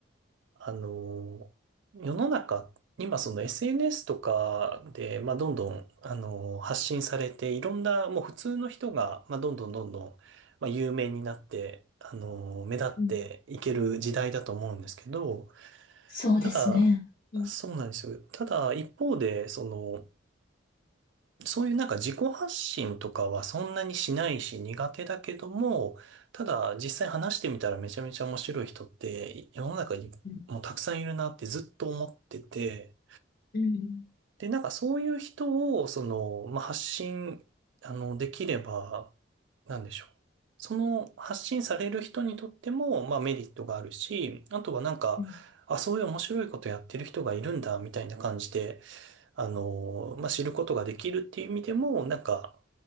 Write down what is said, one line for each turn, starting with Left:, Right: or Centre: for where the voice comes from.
Right: あの、世の中、今その SNS とかで、まあ、どんどん、あの、発信されて、いろんな、もう普通の人が、まあ、どんどんどんどん、まあ、有名になって、あの、目立っていける時代だと思うんですけど、
Left: うん、そうですね。
Right: ただ、
Left: うん、
Right: そうなんですよ。ただ、一方で、その、そういうなんか自己発信とかはそんなにしないし苦手だけども、ただ実際話してみたらめちゃめちゃ面白い人って世の中にもうたくさんいるなってずっと思ってて、
Left: うん、うん、
Right: で、なんかそういう人をその、まあ、発信、あの、できれば、なんでしょう。その発信される人にとっても、まあメリットがあるし、あとはなんか、
Left: うん、
Right: あ、そういう面白いことやってる人がいるんだ、みたいな感じで、あの、まあ、知ることができるっていう意味でも、なんか、